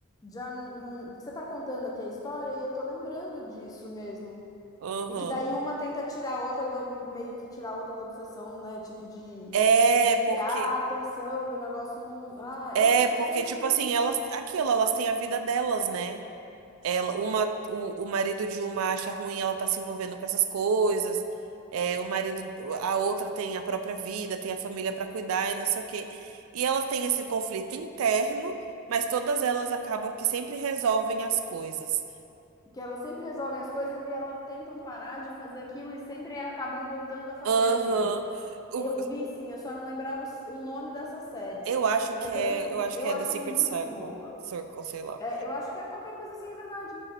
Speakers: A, on the left; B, on the right.
A: já não, não- você tá contando aqui a história e eu tô lembrando disso mesmo.
B: Uhum.
A: E que daí uma tenta tirar a outra da, meio que tirar a outra da obsessão, né? Tipo de
B: É,
A: desviar
B: porque.
A: a atenção e o negócio não, ah,
B: É,
A: eu, eu
B: porque,
A: sei
B: tipo assim,
A: vi
B: elas. Aquilo, elas têm a vida delas, né? Ela, uma, o, o marido de uma acha ruim, ela tá se envolvendo com essas coisas. É, o marido, a outra tem a própria vida, tem a família pra cuidar e não sei o quê. E ela tem esse conflito interno, mas todas elas acabam que sempre resolvem as coisas.
A: que elas sempre resolvem as coisas e elas tentam parar de fazer aquilo e sempre acabam voltando a fazer
B: Aham.
A: aquilo.
B: O-
A: Eu vi sim, eu só não lembrava os- o nome dessa série.
B: Eu acho
A: Mas
B: que é,
A: eu vi sim,
B: eu acho
A: eu
B: que é
A: achei
B: The Secret
A: muito
B: Circle,
A: boa.
B: Circle, sei lá.
A: É, eu acho que é qualquer coisa assim, é verdade.